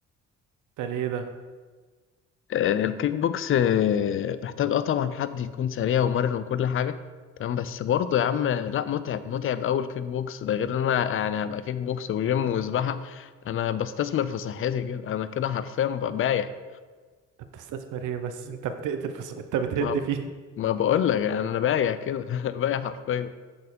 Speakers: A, on the right; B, on the left.
A: انت ليه ده
B: آه، الكيك بوكس آه، محتاج اه طبعا حد يكون سريع ومرن وكل حاجه تمام بس برضه يا عم لا متعب متعب قوي الكيك بوكس ده غير ان انا يعني هبقى كيك بوكس وجيم وسباحه انا بستثمر في صحتي كده انا كده حرفيا ب- بايع
A: انت بتستثمر ايه بس انت بتقتل في ص- انت بتهد
B: ما
A: فيه
B: ما بقول لك انا بايع كده <laughs> بايع حرفيا